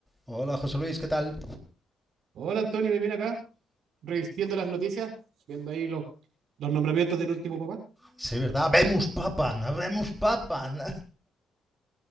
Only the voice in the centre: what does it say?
Hola, José Luis, ¿qué tal?
Sí, ¿verdad? Vemos Papan, vemos Papan.